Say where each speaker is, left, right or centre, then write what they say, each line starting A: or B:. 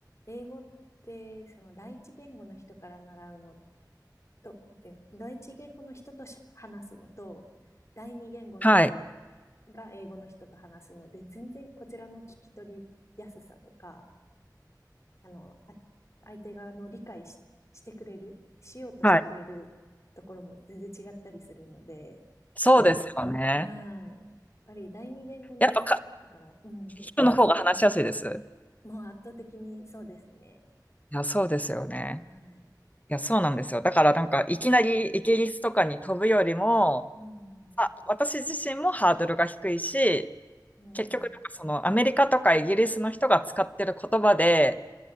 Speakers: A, on the left; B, on the left.
A: 英語って、その第一言語の人から習うのと、で、第一言語の人としゃ話すのと、第二言語の人
B: はい。
A: が英語の人と話すので、全然こちらの聞き取りやすさとか、あの、あ、相手側の理解し、してくれる、しようとしてくれるところも全然違ったりするので、
B: はい。そうですよね。
A: はい。やっぱり第二言語の、
B: やっぱか
A: だから、うん、
B: 人の方が話しやすいです。
A: もう圧倒的にそうですね。
B: いや、そうですよね。
A: はい。
B: いや、そうなんですよ。だからなんか、いきなりイギリスとかに飛ぶよりも、
A: うん、う
B: あ、私自身もハードルが低いし、
A: ん、
B: 結局なんかそのアメリカとかイギリスの人が使ってる言葉で、
A: う